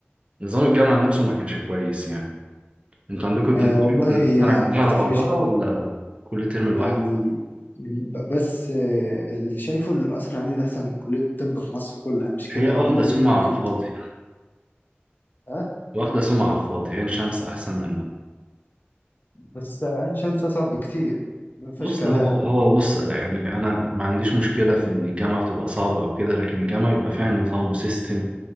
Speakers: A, on the right; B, on the left.
A: نظام الجامعه نفسه ما كانش كويس يعني انتوا عندكم بتمتحنوا
B: آه والله هي
A: السنه كلها
B: ما بتفرقش
A: على بعضها ولا كل ترم لوحده
B: يعني ب- بس آه اللي شايفه ان القصر العيني ده احسن من كلية الطب في مصر كلها مش كده
A: هي واخدة
B: او هما
A: سمعة
B: بيقولوا
A: على
B: كده
A: الفاضي
B: ها
A: واخدة سمعة على الفاضي عين شمس أحسن منها
B: بس آه، عين شمس اصعب بكتير ما فيهاش
A: بص
B: كلام
A: هو هو بص يعني أنا ما عنديش مشكلة في إن الجامعة تبقى صعبة أو كده لكن الجامعة يبقى فيها نظام وسيستم